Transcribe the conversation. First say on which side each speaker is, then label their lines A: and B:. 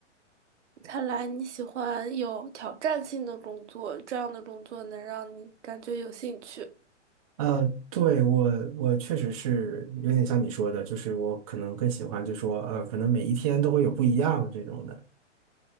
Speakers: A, on the right; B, on the right.
A: 看来你喜欢有挑战性的工作，这样的工作能让你感觉有兴趣。
B: 呃，对，我，我确实是有点像你说的，就是我可能更喜欢就说，呃，可能每一天都会有不一样这种的。